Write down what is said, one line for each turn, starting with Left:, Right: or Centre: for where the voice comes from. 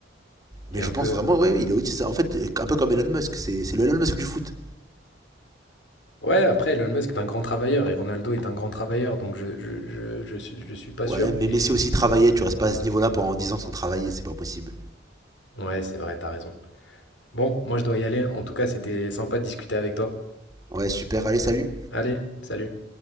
Left: Et
Right: Mais
Left: un
Right: je
Left: peu.
Right: pense
Left: euh,
Right: vraiment, oui, oui, il est autiste. En fait, un peu comme Elon Musk, c'est, c'est le Elon Musk du foot.
Left: Ouais, après, Elon Musk est un grand travailleur et Ronaldo est un grand travailleur, donc je, je, je, je, suis je suis pas sûr,
Right: Ouais, mais
Left: mais.
Right: Messi aussi travaillait, tu restes pas à ce niveau-là pendant 10 ans sans travailler, c'est pas possible.
Left: Ouais, c'est vrai, t'as raison. Bon, moi je dois y aller. En tout cas, c'était sympa de discuter avec toi.
Right: Ouais, super, allez, salut.
Left: Allez, salut.